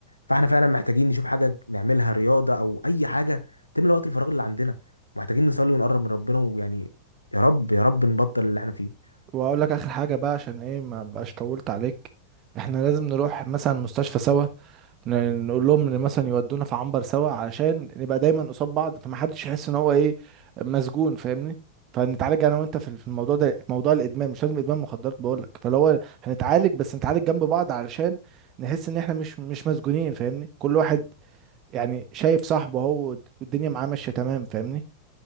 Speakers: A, on the left; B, on the right.
A: فاحنا فعلا محتاجين نشوف حاجه نعملها رياضه او اي حاجه تملى وقت الفراغ اللي عندنا محتاجين نصلي ونقرب من ربنا ويعني يا رب يا رب نبطل اللي احنا فيه
B: واقول لك اخر حاجه بقى عشان ايه ما بقاش طولت عليك احنا لازم نروح مثلا مستشفى سوا ن- نقول لهم ان مثلا يودونا في عنبر سوا عشان نبقى دايما قصاد بعض فمحدش يحس ان هو ايه مسجون فاهمني فنتعالج انا وانت في في الموضوع ده موضوع الادمان مش لازم ادمان مخدرات بقول لك فلو هو هنتعالج بس نتعالج جنب بعض علشان نحس ان احنا مش مش مسجونين فاهمني كل واحد يعني شايف صاحبه هو والدنيا معاه ماشيه تمام فاهمني